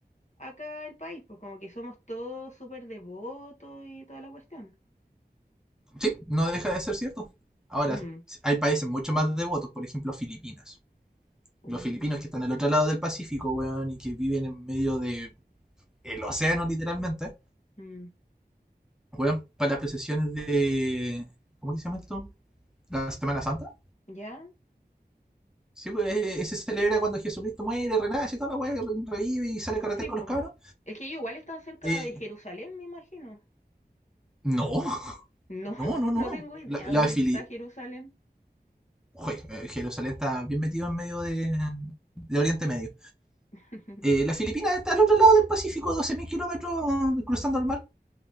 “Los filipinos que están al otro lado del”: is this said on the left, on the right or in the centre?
Centre